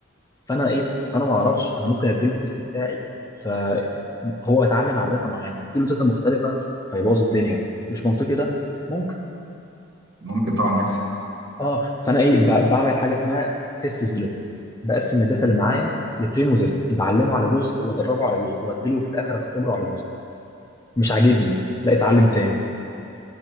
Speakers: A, on the left (about 15°); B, on the right (about 60°).
A: فانا ايه فانا ما اعرفش انا ممكن اديله التيست بتاعي فهو اتعلم على داتا معينه اديله داتا مختلفه فيبوظ الدنيا مش منطقي ده ممكن
B: ممكن طبعا يحصل
A: اه فانا ايه ب- بعمل حاجه اسمها تيست سبليت بقسم الداتا اللي معايا لترين وتيست بعلمه على جزء وادربه على جزء واديله في الاخر اختبره على جزء مش عاجبني لا اتعلم تاني